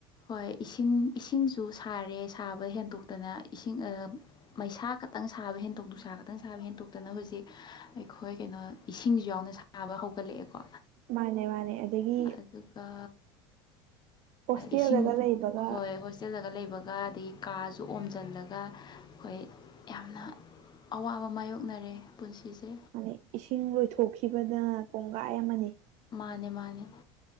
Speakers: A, on the left; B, on the right.
A: ꯍꯣꯏ ꯏꯁꯤꯡ ꯏꯁꯤꯡꯁꯨ ꯁꯥꯔꯦ ꯁꯥꯕ ꯍꯦꯟꯇꯣꯛꯇꯅ ꯏꯁꯤꯡ ꯑꯥ ꯃꯩꯁꯥ ꯈꯛꯇꯪ ꯁꯥꯕ ꯍꯦꯟꯇꯣꯛ ꯅꯨꯡꯁꯥ ꯈꯛꯇꯪ ꯁꯥꯕ ꯍꯦꯟꯇꯣꯛ ꯈꯛꯇꯅ ꯍꯨꯖꯤꯛ ꯑꯩꯈꯣꯏ ꯀꯩꯅꯣ ꯏꯁꯤꯡꯁꯨ ꯌꯥꯎꯅ ꯁꯥ ꯁꯥꯥꯕ ꯍꯧꯒꯠꯂꯛꯑꯦ ꯀꯣ
B: ꯃꯥꯅꯦ ꯃꯥꯅꯦ ꯑꯗꯒꯤ
A: ꯑꯗꯨꯒ
B: ꯍꯣꯁꯇꯦꯜꯗꯒ
A: ꯏꯁꯤꯡ
B: ꯂꯩꯕꯒ
A: ꯍꯣꯏ ꯍꯣꯏ ꯆꯜꯂꯒ ꯂꯩꯕꯒ ꯑꯗꯒꯤ ꯀꯥꯁꯨ ꯑꯣꯝꯁꯤꯜꯂꯒ ꯑꯩꯈꯣꯏ ꯌꯥꯝꯅ ꯑꯋꯥꯕ ꯃꯥꯏꯌꯣꯛꯅꯔꯦ ꯄꯨꯟꯁꯤꯁꯦ
B: ꯑꯗꯩ ꯏꯁꯤꯡ ꯂꯣꯏꯊꯣꯛꯈꯤꯕꯗ ꯀꯣꯡꯒꯥꯏ ꯑꯃꯅꯤ
A: ꯃꯥꯅꯦ ꯃꯥꯅꯦ